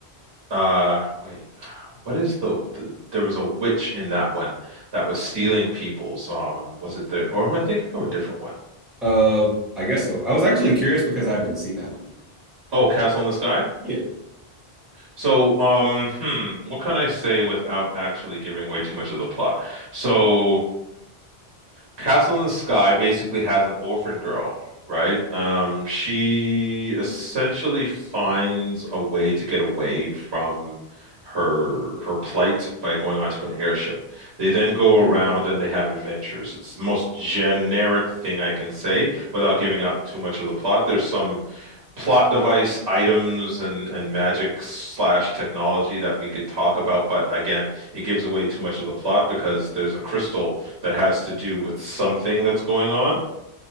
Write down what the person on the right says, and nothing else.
Uh, wait, what is the, the there was a witch in that one that was stealing people's. Um, was it the or am I thinking of a different one?
Oh, Castle in the Sky?
So, um, hmm, what can I say without actually giving away too much of the plot? So, Castle in the Sky basically has an orphan girl, right? Um, she essentially finds a way to get away from her her plight by going onto an airship. They then go
around and they have adventures. It's the most generic thing I can say without giving out too much of the plot. There's some plot device items and and magic slash technology that we could talk about, but again, it gives away too much of the plot because there's a crystal that has to do with something that's going on.